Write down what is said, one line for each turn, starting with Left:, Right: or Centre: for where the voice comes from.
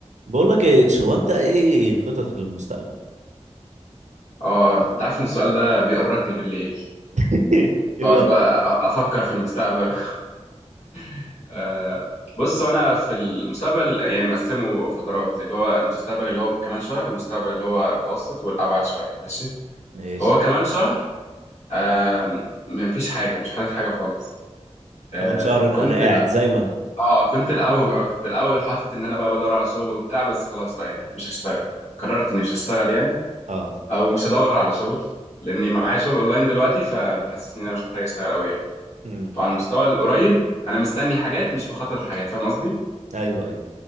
Right: بقول لك ايه تش، هو انت ايه خططك للمستقبل
Left: اه انت عارف ان السؤال ده بيقرقني بالليل
Right: <laughs> بجد
Left: بقعد بقى أ- افكر في المستقبل <laughs> آه بص وانا في المستقبل يعني مقسمه فترات اللي هو المستقبل اللي هو كمان شهر والمستقبل اللي هو متوسط والابعد شويه ماشي
Right: ماشي
Left: فهو كمان شهر آه مفيش حاجه مش حاطط حاجه خالص آه
Right: كمان شهر انا
Left: كنت
Right: قاعد
Left: لا
Right: زي ما انا
Left: اه كنت الاول آه، كنت الاول حاطط ان انا بقى بدور على شغل وبتاع بس خلاص آه، يعني مش هشتغل قررت اني مش هشتغل يعني
Right: اه
Left: او مش هدور على شغل لاني معايا شغل اونلاين دلوقتي فمحسس ان انا مش محتاج اشتغل قوي يعني.
Right: امم
Left: فعلى المستوى القريب انا مستني حاجات مش بخطط لحاجات فاهم قصدي
Right: ايوه ايوه